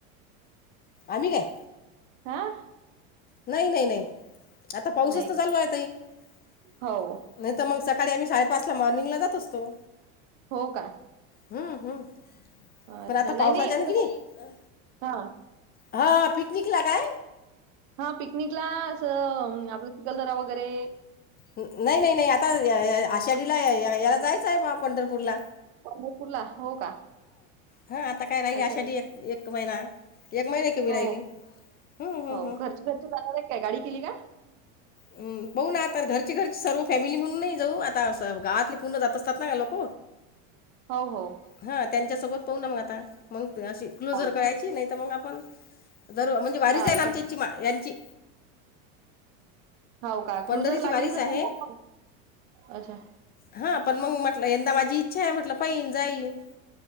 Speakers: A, on the left; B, on the right.
A: आम्ही काय
B: हा-
A: नाही नाही नाही आता पाऊसच
B: नाही
A: तर
B: का
A: चालू आहे तई नाही
B: हो
A: तर मग सकाळी आम्ही साडेपाच ला मॉर्निंग ला जात असतो
B: हो का
A: हम्म हम्म
B: अच्छा
A: पण आता
B: नाही
A: पावसाच्या
B: नाही
A: ना कि नाही
B: हा
A: हा पिकनिक ला काय
B: हा पिकनिकला असं आपलं चिखलदरा वगैरे
A: नाही नाही नाही आता आषाढीला याला जायचं आहे मला पंढरपूरला
B: पंढरपूरला हो का
A: हा आता काय राहिल
B: अच्छा
A: आषाढी
B: मग
A: एक एक महिना एक महिना कमी
B: हो,
A: राहिली हं, हं,
B: हो
A: हं.
B: घरची घरची जाणार आहेत काय गाडी केली का
A: हम पाहु ना आता घरची घरची सर्व फॅमिली म्हणून नाही जाऊ आता अस गावातले पूर्ण जात असतात ना लोक
B: हो हो
A: हा त्यांच्यासोबत पाहु ना मग आता मग अशी क्लोजर
B: हो का?
A: करायची नाही तर मग आपण जर म्हणजे वारीच आहे
B: अच्छा.
A: ना आमच्याची यांची
B: हाव का
A: पंढरीची
B: क्लूजर लागली
A: वारीच
B: तर
A: आहे
B: सांगता का अच्छा
A: हा पण मग म्हटलं यंदा माझी इच्छा आहे म्हटलं पाहीन जाईन